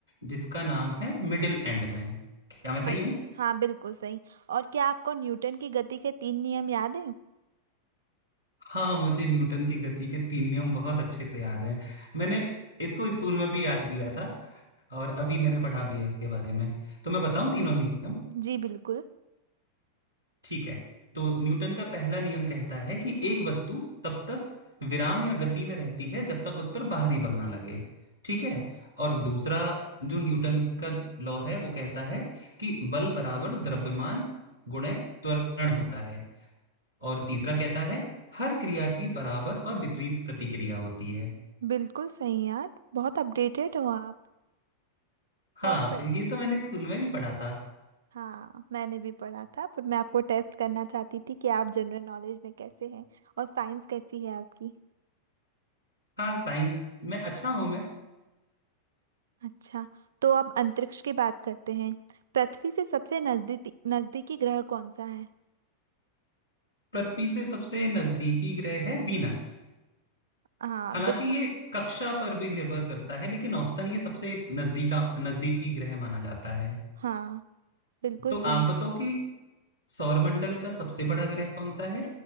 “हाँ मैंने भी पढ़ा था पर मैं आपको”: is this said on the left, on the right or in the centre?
Right